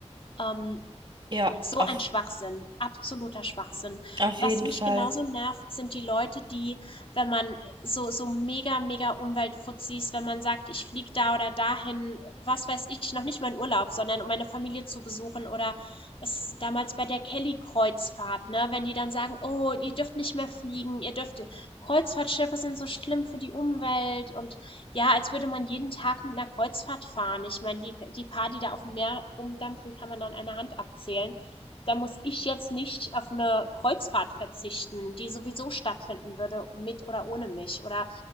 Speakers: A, on the left; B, on the right.
A: Ähm,
B: Ja,
A: so
B: auf,
A: ein Schwachsinn, absoluter Schwachsinn.
B: auf
A: Was
B: jeden
A: mich
B: Fall.
A: genauso nervt, sind die Leute, die, wenn man so, so mega, mega Umweltfuzis, wenn man sagt, ich fliege da oder dahin, was weiß ich, noch nicht mal in Urlaub, sondern um meine Familie zu besuchen oder es damals bei der Kelly-Kreuzfahrt, ne, wenn die dann sagen, oh, ihr dürft nicht mehr fliegen, ihr dürft, Kreuzfahrtschiffe sind so schlimm für die Umwelt und ja, als würde man jeden Tag mit einer Kreuzfahrt fahren. Ich meine, die, die paar, die da auf dem Meer rumdampfen, kann man an einer Hand abzählen da muss ich jetzt nicht auf eine Kreuzfahrt verzichten, die sowieso stattfinden würde, mit oder ohne mich. Oder